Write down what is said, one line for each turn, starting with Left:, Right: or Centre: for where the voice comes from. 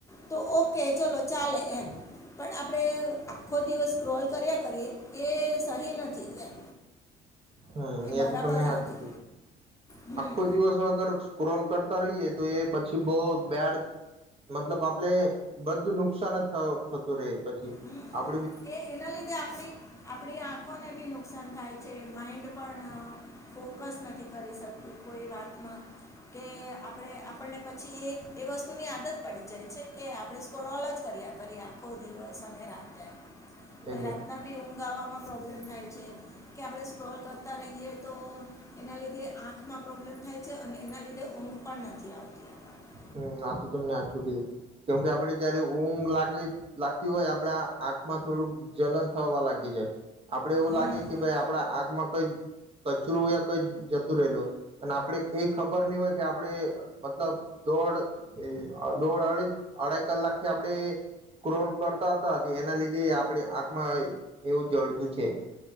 Left: તો ઓકે ચલો ચાલે એમ. પણ આપણેે આખો દિવસ સ્ક્રોલ કર્યા કરી એ સહી નથી એમ.
Right: હમ્મ. એ
Left: બરાબર
Right: તો તમે હાચું
Left: નથી
Right: કીધું.
Left: હમ
Right: આખો દિવસ અગર સ્ક્રોલ કરતા રહીએ તો એ પછી બહુ બેડ મતલબ આપણે બધું નુકસાન જ થ થતું રહે પછી.
Left: હમ
Right: આપ
Left: એ એના લીધે આપણી-આપણી આંખોને બી નુકસાન થાય છે. માઇન્ડ પણ ફોકસ નથી કરી શકતું કોઈ વાતમાં, કે આપણે આપણને પછી એ-એ વસ્તુની આદત પડી જાય છે કે આપણે સ્ક્રોલ જ કર્યા કરીએ આખો દિવસ અને રાત્રે.
Right: એને
Left: ને રાતના ભી હું ઊંઘા આવાવામાં પ્રોબ્લેમ થાય છે, કે આપણે સ્ક્રોલ કરતા રહીએ તો એના લીધે આંખમાં પ્રોબ્લેમ થાય છે, અને એના લીધે ઊંઘ પણ નથી આવતી આપણને
Right: હમ્મ, આ તો તમે હાચું કીધું. કેમ કે આપડે જયારે ઊંઘ લાગવી લાગતી હોય આપડા આંખમાં થોડુંક જલન થવા લાગી જાય, આપડે એવું
Left: હમ
Right: લાગે કે ભાઈ આપડા આંખમાં કંઈ કચરું યા કંઈ જતું રહેલું હોય, અને આપડે એ ખબર નહીં હોય કે આપણે મતલબ દોડ એ દોડ અરી અઢઈ કલાક થી આપણે સ્ક્રોલ કરતા તા તચ એના લીધે આપણે આંખમાં એવું જલતું છે.